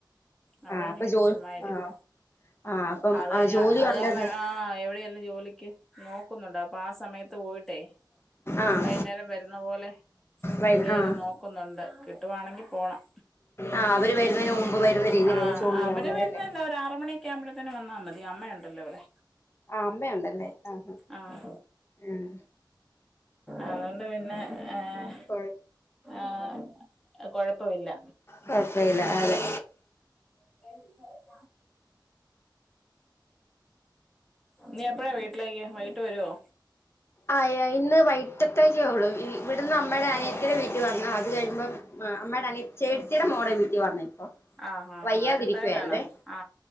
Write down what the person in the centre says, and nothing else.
അത്
കഴിഞ്ഞ
പിന്നെ
ചുമ്മാ ഇരിപ്പ
അതഴിഞ്ഞ
അത്
കാരണം ആഹ് എവിടെയെല്ലം ജോലിക്ക് നോക്കുന്നുണ്ട് അപ്പൊ ആ സമയ പോയിട്ടേ
വൈകുന്നേരം വരുന്ന പോലെ
എവിടെലും
നോ നോക്കുന്നുണ്ട് കിട്ടുവാണെങ്കി പോണം
ആഹ്
അവര് വരുന്നല്ലോ ഒലിറ് മണി ക്കാവ്ബളത്തേന് വന്നാ മതി അമ്മയുണ്ടല്ലോ ഇവിടെ
ആഹ്
അതുകൊണ്ട് പിന്നെ ഏഹ്
ആഹ് കൊഴപ്പവില്ല
വര്ന്നുണ്ട് നീ എപ്പഴാ വീട്ടിലേക്ക് വൈകിട്ട് വരുവോ?
ആ ആ
ആ അടുത്ത് തന്നാണോ ആ